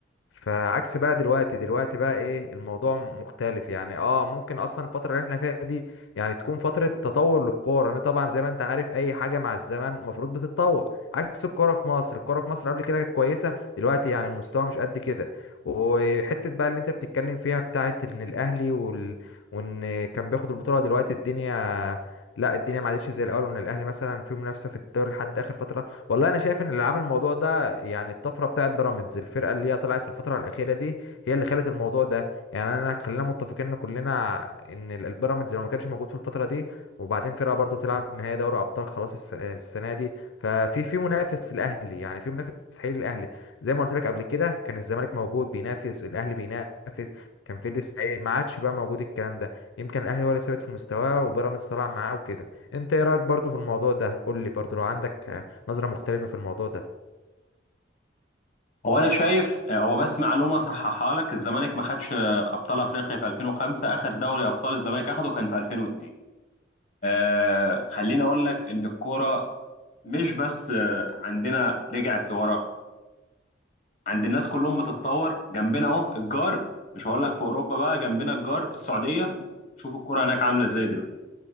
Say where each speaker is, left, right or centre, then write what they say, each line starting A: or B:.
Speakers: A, on the left; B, on the left.
A: فعكس بقى دلوقتي دلوقتي بقى ايه الموضوع مختلف يعني اه ممكن اصلا الفتره اللي احنا فيها دي يعني تكون فتره تطور للكوره انا طبعا زي ما انت عارف اي حاجه مع الزمن المفروض بتتطور عكس الكوره في مصر الكوره في مصر قبل كده كانت كويسه دلوقتي يعني المستوى مش قد كده وحته بقى اللي انت بتتكلم فيها بتاعت ان الاهلي وال... وان كان بياخد البطوله دلوقتي الدنيا لا الدنيا ما عادتش زي الاول وان الاهلي مثلا فيه منافسه في الدوري لحد اخر فتره والله انا شايف ان اللي عمل الموضوع ده بقى يعني الطفره بتاعت بيراميدز الفرقه اللي هي طلعت في الفتره الاخيره دي هي اللي خلت الموضوع ده يعني انا خلينا متفقين كلنا ان ال- البيراميدز لو ما كانش موجود في الفتره دي وبعدين فرقه برضو تلعب نهائي دوري ابطال خلاص الس- السنه دي ففي في منافس الاهلي يعني في منافس حقيقي للاهلي زي ما قلت لك قبل كده كان الزمالك موجود بينافس الاهلي بينافس كان في لسه إيه، ما عادش بقى موجود الكلام ده يمكن الاهلي هو اللي ثابت في مستواه وبيراميدز طلع معاه وكده انت ايه رايك برضو في الموضوع ده قول لي برضو لو عندك آه، نظرة مختلفة في الموضوع ده
B: هو أنا شايف آه، هو بس معلومة صححها لك الزمالك ما خدش آه، أبطال أفريقيا في 2005 آخر دوري أبطال الزمالك أخده كان في 2002 آه خليني أقول لك إن الكورة مش بس آه، عندنا رجعت لورا عند الناس كلهم بتتطور جنبنا اهو الجار مش هقول لك في اوروبا بقى جنبنا الجار في السعوديه شوف الكرة هناك عامله ازاي دلوقتي